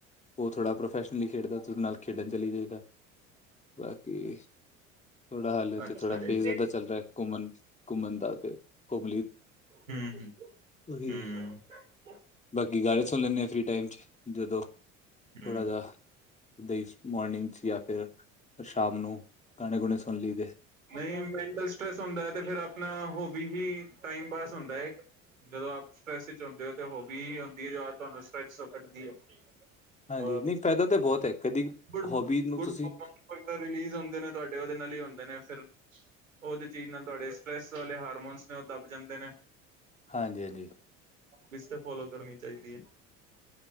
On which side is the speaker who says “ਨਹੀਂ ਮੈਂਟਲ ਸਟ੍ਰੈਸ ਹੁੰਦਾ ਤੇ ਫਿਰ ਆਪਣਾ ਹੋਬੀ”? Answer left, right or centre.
Right